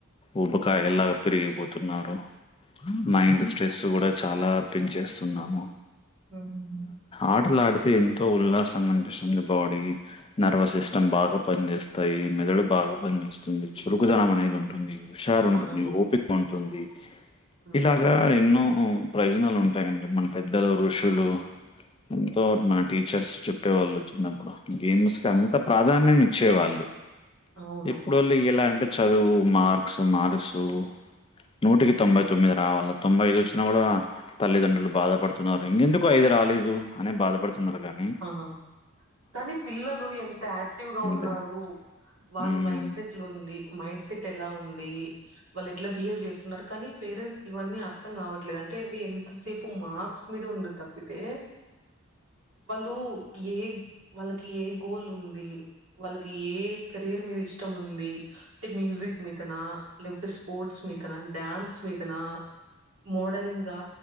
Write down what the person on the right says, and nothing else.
హ్మ్.
అవును.
హ్మ్.
అవును.
ఆ! కానీ పిల్లలు ఎంత యాక్టివ్ గా ఉన్నారు
వాళ్ళ
మైండ్ సెట్లు ఉంది మైండ్ సిట్ ఎలా ఉంది వాళ్ళు ఎట్లా బిహేవ్ చేస్తున్నారు కానీ పేరెంట్స్ కి ఇవన్నీ అర్థం కావట్లేదు అంటే అండి ఎంతసేపు మార్క్స్ మీద ఉంది తప్పితే వాళ్ళు ఏ వాళ్ళకి ఏ గోల్ ఉంది వాళ్ళకి ఏ కెరీర్ మీద ఇష్ ఇష్టం ఉంది అంటే మ్యూజిక్ మీదనా లేకపోతే స్పోర్ట్స్ మీదన డ్యాన్స్ మీదన మోడలింగ్గా